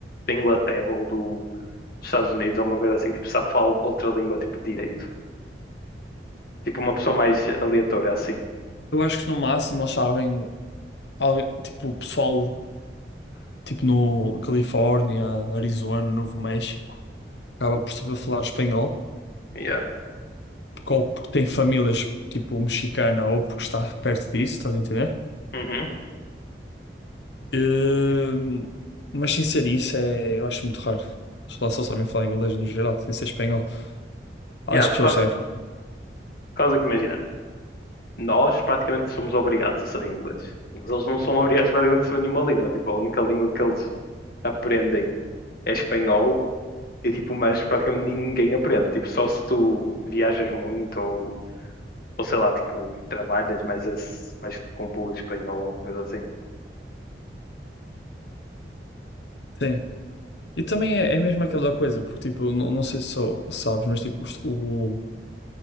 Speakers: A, on the left; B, on the left.
A: da Inglaterra ou do, dos Estados Unidos ou uma coisa assim que tipo, sabe falar outra língua, tipo, direito? Tipo, uma pessoa mais aleatória, assim.
B: Eu acho que no máximo eles sabem, alguém, tipo, o pessoal. tipo no Califórnia, Arizona, Novo México, acaba por saber falar espanhol,
A: Yeah.
B: porque ou porque tem famílias tipo mexicana ou porque está perto disso, estás a entender?
A: Uhum.
B: Hum, mas sem ser isso, é, eu acho muito raro. As pessoas só sabem falar inglês no geral, sem ser espanhol. Há
A: Yeah,
B: As
A: por
B: pessoas
A: causa,
B: que sabem.
A: por causa que, imagina, nós praticamente somos obrigados a saber inglês. Mas eles não são obrigados praticamente a saber nenhuma língua. Tipo, a única língua que eles aprendem é espanhol. E, tipo, mas praticamente ninguém aprende. Tipo, só se tu viajas muito ou Ou sei lá, tipo, trabalhas mais, as, mais com público espanhol, uma coisa assim.
B: Sim. E também é, é mesmo aquela coisa, porque tipo, não, não sei se só sabes, mas tipo, o, o